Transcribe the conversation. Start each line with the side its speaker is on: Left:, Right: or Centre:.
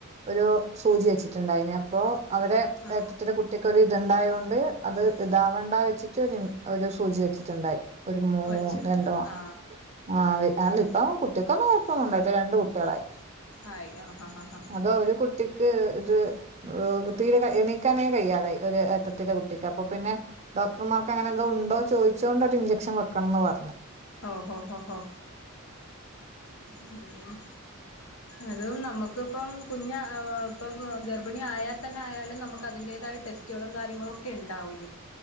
Right: ഒരു സൂചി വെച്ചിട്ടുണ്ടായിന് അപ്പോ അവരെ
Left: ആ
Right: ഏട്ടത്തിടെ കുട്ടിക്കൊരു ഇതുണ്ടായോണ്ട് അത് ഇതാവണ്ട വെച്ചിട്ട് ഒരു ഒരു സൂചി വെച്ചിട്ടുണ്ടായി ഒരു മൂ
Left: വെച്ചിട്ടുണ്ട്
Right: രണ്ടോ ആണ്
Left: ആ
Right: ആഹ് അല്ല ഇപ്പൊ കുട്ടിക്കൊന്നും കൊഴപ്പന്നുണ്ടായിട്ടില്ല രണ്ട് കുട്ടികളായി
Left: ആയി ആഹ് ഹാ ഹാ
Right: അതോ ഒരു കുട്ടിക്ക് ഇത് തീരെ എണീക്കാനേ കയ്യാ തായി ഒരു ഏട്ടത്തിന്റെ കുട്ടിക്ക് അപ്പൊ പിന്നെ ഡോക്ടർമാർക്ക് അങ്ങനെ എന്തോ ഉണ്ടോ ചോദിച്ചോണ്ട് അവര് ഇൻജെക്ഷൻ വെക്കണെന്നു പർഞ്ഞ്
Left: ഓ ഹോ ഹോ ഹോ ഉം അതും നമുക്കിപ്പം കുഞ്ഞ ഇപ്പം ഗർഭിണിയായാ തന്നെ ആയാല് നമുക്ക് അതിന്റേതായ ടെസ്റ്റുകളും കാര്യങ്ങളും ഒക്കെണ്ടാവും ഇനി